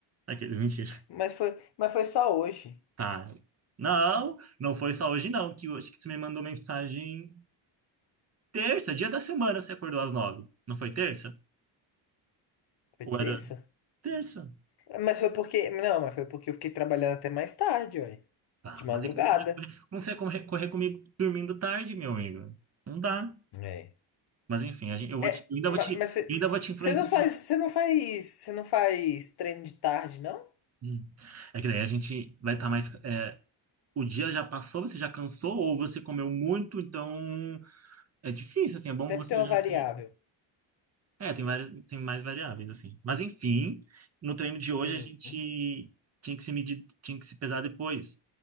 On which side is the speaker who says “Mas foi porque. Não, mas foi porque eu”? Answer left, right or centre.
Left